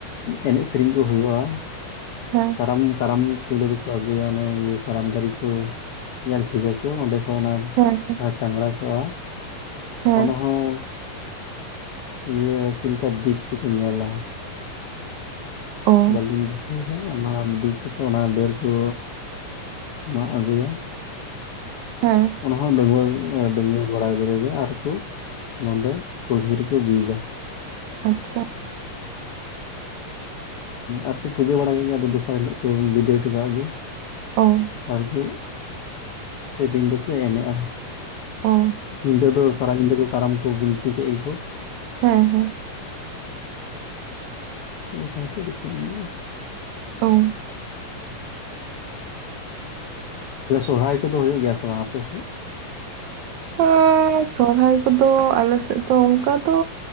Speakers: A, on the left; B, on the right.
A: ᱮᱱᱮᱡ ᱥᱮᱨᱮᱧ ᱠᱚ ᱦᱩᱭᱩᱜᱼᱟ
B: ᱦᱮᱸ
A: ᱠᱟᱨᱟᱢ ᱠᱟᱨᱟᱢ ᱯᱩᱭᱞᱳ ᱫᱚᱠᱚ ᱟᱹᱜᱩᱭᱟ ᱚᱱᱮ ᱤᱭᱟᱹ ᱠᱟᱨᱟᱢ ᱫᱟᱨᱮ ᱠᱚ ᱧᱮᱞ ᱴᱷᱤᱠᱟᱠᱚ ᱠᱚ ᱚᱸᱰᱮ ᱠᱷᱚᱱ ᱚᱱᱟ
B: ᱦᱮᱸ
A: ᱡᱟᱦᱟᱸ ᱪᱟᱝᱲᱟ ᱠᱚᱜᱼᱟ
B: ᱦᱮᱸ
A: ᱚᱱᱟ ᱦᱚᱸ ᱤᱭᱟᱹ ᱪᱮᱫ ᱞᱮᱠᱟ ᱫᱤᱠ ᱪᱮᱫᱠᱚ ᱧᱮᱞᱟ
B: ᱚ
A: ᱵᱟᱹᱞᱤᱧ ᱫᱤᱥᱟᱹᱭᱮᱫᱟ ᱚᱱᱟ ᱫᱤ ᱠᱟᱛᱮᱫ ᱚᱱᱟ ᱰᱟᱹᱨ ᱠᱚ ᱢᱟᱜ ᱟᱹᱜᱩᱭᱟ
B: ᱦᱮᱸ
A: ᱚᱱᱟ ᱦᱚᱸ ᱰᱟᱹᱣᱟᱹ ᱰᱟᱹᱝᱣᱟᱹ ᱵᱟᱲᱟ ᱜᱤᱫᱽᱨᱟᱹᱮ ᱟᱨᱠᱚ ᱱᱚᱸᱰᱮ ᱠᱩᱞᱦᱤ ᱨᱮᱠᱚ ᱵᱤᱫᱟ
B: ᱟᱪᱪᱷᱟ
A: ᱟᱨᱠᱚ ᱯᱩᱡᱟᱹ ᱵᱟᱲᱟ ᱠᱮᱫ ᱜᱮᱭᱟ ᱟᱫᱚ ᱫᱚᱥᱟᱨ ᱦᱤᱞᱳᱜ ᱠᱚ ᱵᱤᱫᱟᱹᱭ ᱦᱚᱴᱚ ᱠᱟᱜ ᱜᱮ
B: ᱚ-ᱳ
A: ᱟᱨᱜᱚ ᱥᱮᱫᱤᱱ ᱫᱚᱠᱚ ᱮᱱᱮᱡᱼᱟ
B: ᱚ
A: ᱧᱤᱫᱟᱹ ᱫᱚ ᱥᱟᱨᱟ ᱧᱤᱫᱟᱹ ᱠᱚ ᱠᱟᱨᱟᱢ ᱠᱚ ᱵᱤᱱᱛᱤ ᱠᱮᱫ ᱜᱮᱠᱚ
B: ᱦᱮᱸ ᱦᱮᱸ
A: ᱟᱫᱚ ᱥᱟᱴ ᱫᱚᱠᱱᱟᱮ <inaudible>
B: ᱚ
A: ᱟᱦᱮ ᱥᱚᱦᱚᱨᱟᱭ ᱠᱚᱫᱚ ᱦᱩᱭᱩᱜ ᱜᱮᱭᱟ ᱥᱮ ᱵᱟᱝ ᱟᱯᱮᱥᱮᱫ?
B: ᱚ <unintelligible> ᱥᱚᱦᱚᱨᱟᱭ ᱠᱚᱫᱚ ᱟᱞᱮᱥᱮᱫ ᱫᱚ ᱚᱱᱠᱟ ᱫᱚ